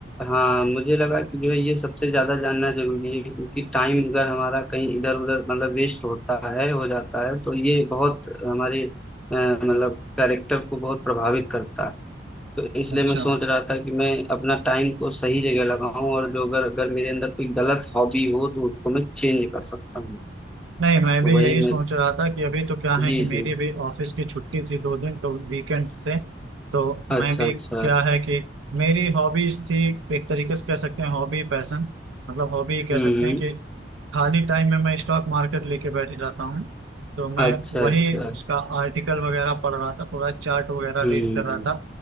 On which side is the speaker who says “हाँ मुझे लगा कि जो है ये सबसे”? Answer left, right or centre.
Centre